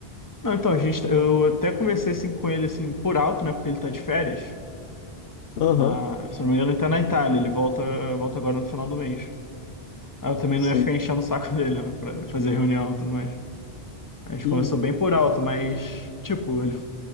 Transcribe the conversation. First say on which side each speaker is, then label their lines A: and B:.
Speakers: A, on the left; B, on the left.
A: Não, então, a gente, eu até conversei, assim, com ele, assim, por alto, né, porque ele tá de férias.
B: Aham.
A: Ah, se não me engano, ele tá na Itália. Ele volta, volta agora no final do mês. Ah, eu também
B: Sim.
A: não ia ficar enchendo o saco <laughs> dele, né, pra fazer reunião e tudo mais. A gente
B: Uhum.
A: conversou bem por alto, mas, tipo, ele,